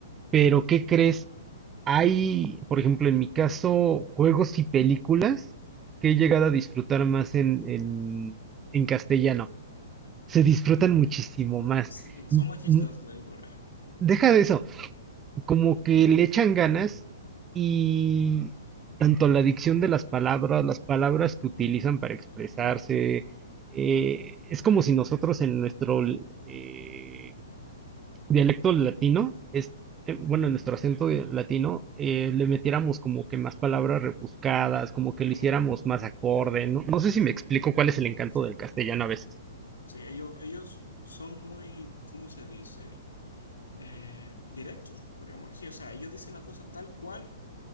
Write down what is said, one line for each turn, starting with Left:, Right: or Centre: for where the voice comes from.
Right: Pero, ¿qué crees? Hay, por ejemplo, en mi caso, juegos y películas que he llegado a disfrutar más en, en en castellano. se disfrutan muchísimo más.
Left: Sí, son
Right: N-
Left: más chistosos, seguro.
Right: Deja de eso, como que le echan ganas y tanto la dicción de las palabras, las palabras que utilizan para expresarse, eh, es como si nosotros en nuestro eh, dialecto latino, es, eh, bueno, en nuestro acento de- latino, eh, le metiéramos como que más palabras rebuscadas, como que lo
Left: Sí,
Right: hiciéramos más acorde, ¿no? No sé si
Left: sí,
Right: me explico cuál es el encanto
Left: sí.
Right: del castellano a veces.
Left: Sí, ellos, ellos son muy, ¿cómo se dice? Eh, directos, podríamos decir. O sea, ellos dicen la cosa tal cual